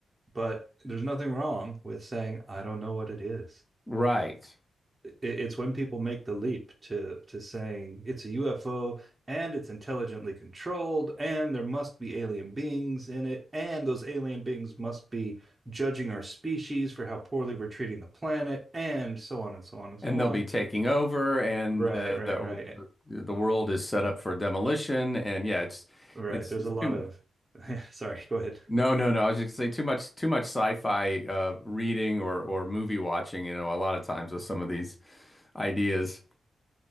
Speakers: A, on the right; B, on the left.
A: but there's nothing wrong with saying I don't know what it is.
B: Right.
A: it's when people make the leap to to saying it's a UFO and it's intelligently controlled and there must be alien beings in it and those alien beings must be judging our species for how poorly we're treating the planet and so on and so on and
B: And
A: so
B: they'll
A: on.
B: be taking over, and
A: Right,
B: uh,
A: right,
B: the
A: right.
B: the world is set up for demolition. And yeah, it's
A: Right.
B: it's
A: There's
B: it's
A: a lot
B: too
A: of <laughs> sorry, go ahead.
B: no no no. I was just gonna say too much too much sci-fi uh, reading or or movie watching. You know, a lot of times with some of these ideas.